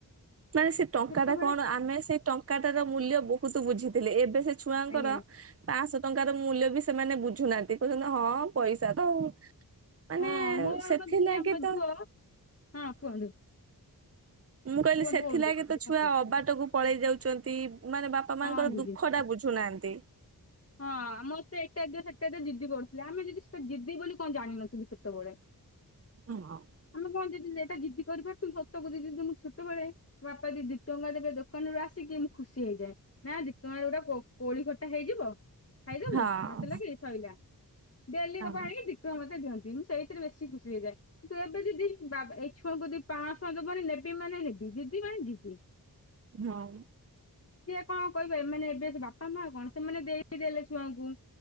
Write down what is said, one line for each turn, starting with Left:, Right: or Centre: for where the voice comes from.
Right: ମାନେ ସେ ଟଙ୍କାଟା
Left: ସେତେବେଳେ
Right: କଣ ଆମେ ସେ ଟଙ୍କାଟ ର ମୂଲ୍ୟ ବହୁତ ବୁଝିଥିଲେ ଏବେ ସେ ଛୁଆଙ୍କର
Left: ଆଜ୍ଞା
Right: ପାଞ୍ଚଶହ ଟଙ୍କାର ମୂଲ୍ୟ ବି ସେମାନେ ବୁଝୁନାହାନ୍ତି କହୁଛ ହଁ ପଇସା ତ ମାନେ
Left: ହଁ ମୋ ଆମ
Right: ସେଥିଲାଗି
Left: ଦିଦି ଆମ
Right: ତ
Left: ଝୁଅ ହଁ କୁହନ୍ତୁ।
Right: ମୁଁ କହିଲି
Left: କୁହନ୍ତୁ
Right: ସେଥିଲାଗି
Left: କୁହନ୍ତୁ କୁହନ୍ତୁ
Right: ତ ଛୁଆ
Left: କଣ କହୁଥିଲେ?
Right: ଅବାଟକୁ ପଳେଇ ଯାଉଛନ୍ତି। ମାନେ ବାପା ମାନଙ୍କର
Left: ହଁ ଦିଦି
Right: ଦୁଃଖ ଟା ବୁଝୁନାହାନ୍ତି।
Left: ହଁ ମତେ ଏଟା ଦିଏ ସେଟା ଦିଅ ଜିଦି କରୁଥିଲେ ଆମେ ଯଦି ସେଟା ଜିଦି ବୋଲି କଣ ଜାଣିନଥିଲୁ ସେତେବେଳେ।
Right: କୁହ।
Left: ଆମେ କଣ ଯଦି ଏଇଟା ଜିଦି କରି ପାରୁଥୁଲୁ ସତ କହୁଚି ଯଦି ମୁଁ ଛୋଟବେଳେ ବାପା ଯଦି ଦି ଟଙ୍କା ଦେବେ ଦୋକାନରୁ ଆସ କି ମୁଁ ଖୁସି ହେଇଯାଏ ନା ଦି ଟଙ୍କାରେ ଗୋଟେ କୋ-କୋଳି ଖଟା ହେଇଯିବ। ଖାଇଦବୁ
Right: ହଁ।
Left: ଭାତେ ଲଗେ ଶୋଇଲା ବଆଲି
Right: ହଁ
Left: କପ ଆଣିକି ଦିଇ ଟଙ୍କା ମତେ ଦିଅନ୍ତୁ। ମୁଁ ସେଇଥିରେ ବେଶୀ ଖୁସି ହେଇଯାଏ। କିନ୍ତୁ ଏବେ ଯଦି ବାବା ଏଇ ଛୁଆଙ୍କୁ ଦି ପାଂଶ ଟଙ୍କା ଦବୁହାରି ନେବି ମନେ ନେବି ଜିଦି ମାନେ ଜିିଦି
Right: ହଁ।
Left: କଣ କହିବା ଏମାନେେ ଏବେ ବାପା ମା କଣ ସେମାନେ ଦେଇ ଦେଲେ ଛୁଆଙ୍କୁ